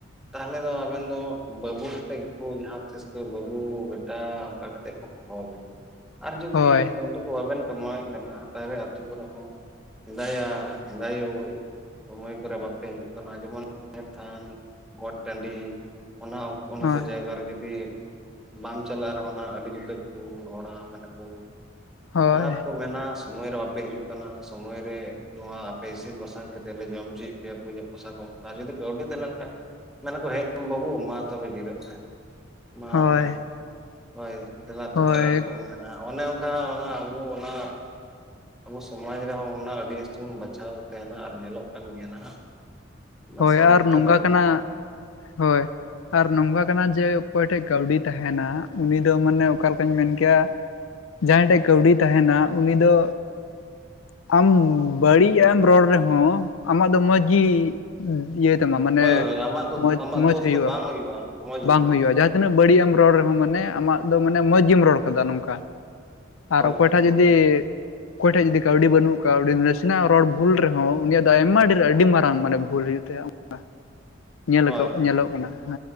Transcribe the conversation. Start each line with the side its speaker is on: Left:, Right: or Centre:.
Centre: ᱛᱟᱦᱚᱞᱮ ᱫᱚ ᱟᱵᱮᱱ ᱫᱚ ᱵᱟᱹᱵᱩ ᱠᱟᱛᱮᱜ ᱜᱮᱠᱚ ᱡᱟᱦᱟᱸ ᱛᱤᱥ ᱠᱚ ᱵᱟᱹᱵᱩ, ᱵᱮᱴᱟ ᱚᱝᱠᱟ ᱠᱟᱛᱮᱜ ᱠᱚ ᱦᱚᱦᱚ ᱟᱵᱮᱱᱟ᱾ ᱟᱨ ᱡᱩᱫᱤ
Left: ᱦᱳᱭ
Centre: ᱠᱟᱹᱣᱰᱤ ᱠᱚ ᱵᱟᱵᱮᱱ ᱠᱟᱢᱟᱣᱮᱫ ᱠᱟᱱᱟ ᱛᱟᱦᱚᱞᱮ ᱟᱛᱩ ᱠᱚᱨᱮ ᱦᱚᱸ ᱦᱮᱸᱫᱟ ᱭᱟ ᱦᱮᱸᱫᱟ ᱭᱳᱭ, ᱥᱚᱢᱚᱭ ᱠᱚᱨᱮ ᱵᱟᱯᱮ ᱦᱤᱡᱩᱜ ᱠᱟᱱᱟ ᱡᱮᱢᱚᱱ ᱡᱟᱦᱮᱨ ᱛᱷᱟᱱ, ᱜᱚᱴ ᱴᱟᱺᱰᱤ, ᱚᱱᱟ ᱚᱱᱟ
Left: ᱦᱳᱭ
Centre: ᱠᱚ ᱡᱟᱭᱜᱟ ᱨᱮ ᱡᱩᱫᱤ ᱵᱟᱢ ᱪᱟᱞᱟᱜ ᱨᱮᱦᱚᱸ ᱱᱟᱦᱟᱜ ᱟᱹᱰᱤ ᱡᱩᱫᱟᱹ ᱠᱚ ᱨᱚᱲᱟ ᱢᱮᱱᱟᱠᱚ,
Left: ᱦᱳᱭ
Centre: ᱚᱱᱟ ᱠᱚᱠᱚ ᱢᱮᱱᱟ ᱥᱚᱢᱚᱭ ᱨᱮ ᱵᱟᱯᱮ ᱦᱤᱡᱩᱜ ᱠᱟᱱᱟ ᱥᱚᱢᱳᱚᱭ ᱨᱮ ᱱᱚᱣᱟ ᱟᱯᱮ ᱤᱥᱤᱱ ᱵᱟᱥᱟᱝ ᱠᱟᱛᱮᱫ ᱞᱮ ᱡᱚᱢ ᱦᱚᱪᱚᱭᱮᱫ ᱯᱮᱭᱟ <inaudible> ᱯᱚᱭᱥᱟ ᱠᱚ ᱚᱝᱠᱟ ᱟᱨ ᱡᱩᱫᱤ ᱠᱟᱹᱣᱰᱤ ᱛᱟᱦᱮᱸ ᱞᱮᱱᱠᱷᱟᱡ ᱢᱮᱱ ᱟᱠᱚ <inaudible> ᱵᱟᱹᱵᱩ ᱢᱟ ᱛᱚᱵᱮ ᱡᱤᱨᱟᱹᱜ ᱢᱮ᱾ ᱢᱟ
Left: ᱦᱳᱭ
Centre: ᱱᱚᱜᱼᱚᱭ, ᱦᱳᱭ ᱫᱮᱞᱟ ᱛᱚᱵᱮ
Left: ᱦᱳᱭ
Centre: ᱟᱹᱨᱩᱵᱚᱜ ᱢᱮ᱾ ᱚᱱᱮ ᱚᱝᱠᱟ ᱚᱱᱟ ᱟᱵᱚ ᱚᱱᱟ ᱟᱵᱚ ᱥᱚᱢᱟᱡᱽ ᱨᱮᱦᱚᱸ ᱚᱱᱟ ᱟᱹᱰᱤ ᱡᱟᱹᱥᱛᱤ ᱵᱚᱱ ᱵᱟᱪᱷᱟᱣ ᱛᱟᱦᱮᱸᱱᱟ ᱟᱨ ᱧᱮᱞᱚᱜ ᱠᱟᱱ ᱜᱮᱭᱟ ᱱᱟᱦᱟᱜ᱾ ᱚᱱᱟ
Left: ᱦᱳᱭ
Centre: ᱥᱟᱹᱨᱤ
Left: ᱟᱨ
Centre: ᱠᱟᱛᱷᱟ
Left: ᱱᱚᱝᱠᱟ
Centre: ᱠᱟᱱ
Left: ᱠᱟᱱᱟ,
Centre: ᱜᱮᱭᱟ
Left: ᱦᱳᱭ᱾ ᱟᱨ ᱱᱚᱝᱠᱟ ᱠᱟᱱᱟ ᱡᱮ ᱚᱠᱚᱭ ᱴᱷᱮᱡ ᱠᱟᱹᱣᱰᱤ ᱛᱟᱦᱮᱸᱱᱟ, ᱩᱱᱤ ᱫᱚ ᱢᱟᱱᱮ ᱚᱠᱟ ᱞᱮᱠᱟᱧ ᱢᱮᱱ ᱠᱮᱭᱟ ᱡᱟᱦᱟᱸᱭ ᱴᱷᱮᱡ ᱠᱟᱹᱣᱰᱤ ᱛᱟᱦᱮᱸᱱᱟ ᱩᱱᱤ ᱫᱚ ᱟᱢ ᱵᱟᱹᱲᱤᱡ ᱮᱢ ᱨᱚᱲ ᱨᱮᱦᱚᱸ ᱟᱢᱟᱜ ᱫᱚ ᱢᱚᱡᱽ ᱜᱮ ᱤᱭᱟᱹᱭ ᱛᱟᱢᱟ ᱢᱟᱱᱮ
Centre: ᱦᱳᱭ ᱦᱳᱭ ᱟᱢᱟᱜ ᱫᱚ
Left: ᱢᱚᱸᱡᱽ
Centre: ᱟᱢᱟᱜ
Left: ᱢᱚᱸᱡᱽ
Centre: ᱫᱳᱥ
Left: ᱦᱩᱭᱩᱜᱼᱟ,
Centre: ᱫᱚ ᱵᱟᱝ ᱢᱚᱸᱡᱽ
Left: ᱵᱟᱝ ᱦᱩᱭᱩᱜᱼᱟ ᱡᱟᱦᱟᱸ
Centre: ᱦᱳᱭ
Left: ᱛᱤᱱᱟᱹᱜ ᱵᱟᱹᱲᱤᱡ ᱮᱢ ᱨᱚᱲ ᱨᱮᱦᱚᱸ ᱢᱟᱱᱮ ᱟᱢᱟᱜ ᱫᱚ ᱢᱟᱱᱮ ᱢᱚᱸᱡᱽ ᱜᱮᱢ ᱨᱚᱲ ᱟᱠᱟᱫᱟ ᱱᱚᱝᱠᱟ, ᱟᱨ
Centre: ᱦᱳᱭ
Left: ᱚᱠᱚᱭ
Centre: ᱦᱳᱭ
Left: ᱴᱷᱟᱜ ᱡᱩᱫᱤ <inaudible> ᱚᱠᱚᱭ ᱴᱷᱮᱡ ᱡᱩᱫᱤ ᱠᱟᱹᱣᱰᱤ ᱵᱟᱹᱱᱩᱜ ᱠᱟᱜ-ᱟ ᱚᱸᱰᱮ ᱱᱟᱥᱮᱱᱟᱜ ᱨᱚᱲ ᱵᱷᱩᱞ ᱨᱮᱦᱚᱸ ᱩᱱᱤᱭᱟᱜ ᱫᱚ ᱟᱭᱢᱟ ᱰᱷᱮᱨ ᱟᱹᱰᱤ ᱢᱟᱨᱟᱝ ᱢᱟᱱᱮ ᱵᱷᱩᱞ ᱦᱩᱭᱩᱜ ᱛᱟᱭᱟ ᱚᱝᱠᱟ, ᱧᱮᱞ
Centre: ᱦᱳᱭ
Left: <inaudible>
Centre: ᱦᱳᱭ
Left: ᱧᱮᱞᱚᱜ ᱠᱟᱱᱟ ᱦᱮᱸ᱾